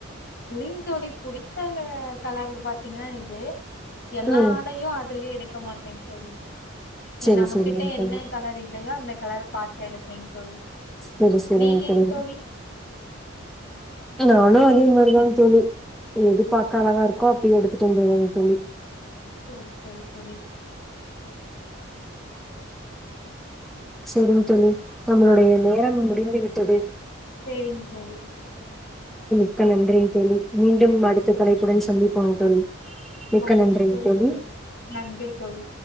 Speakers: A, on the left (about 50°); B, in the centre.
A: ங் தோழி புடித்த கலர் பாத்தீங்கனா இது எல்லா
B: ம்
A: ஆடையு அதுலய எடு எடுக்க மாட்ட தோழி
B: செரி
A: நமகிட்ட
B: செரிங்க
A: என்ன
B: தோழி
A: கலர் இலயோ அந்த கலர் பாத்து எடுப்பேங் தோழி
B: செரி செரி
A: நீங்கங்
B: மிச்ச மீதி
A: தோழி
B: நானு அதே மாரிதா தோழி எது பாக்க அழகா இருக்கோ அப்டியே எடுத்துட்டு வந்துருவ சொல்லி
A: செரி செரி தோழி
B: செரிங்க தோழி நம்மளுடைய நேரம் முடிந்து விட்டது
A: செரிங்க தோழி
B: க்க நன்றி தோழி மீண்டும் அடுத்த தலை உடன் சந்தி போங்க தோழி மிக்க
A: ஓ
B: நன்றிங்க
A: சேரிங்
B: தோழி
A: நன்றி தோழி